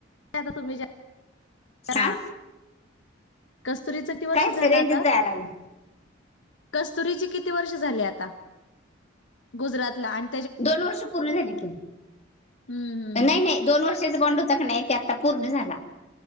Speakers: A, on the left; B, on the left.
A: काय आता तुम्ही ज्या
B: हा
A: कस्तुरीचं किती वर्ष
B: काय
A: झालं
B: रेंजच
A: आता?
B: जायला लागल्या
A: कस्तुरीची किती वर्ष झाली आता गुजरातला आण
B: दोन वर्ष पूर्ण झाली की.
A: हम्म हम्म
B: नाही
A: हम्म
B: नाही दोन वर्षाचा बॉन्ड होता का नाही, तो आता पूर्ण झाला.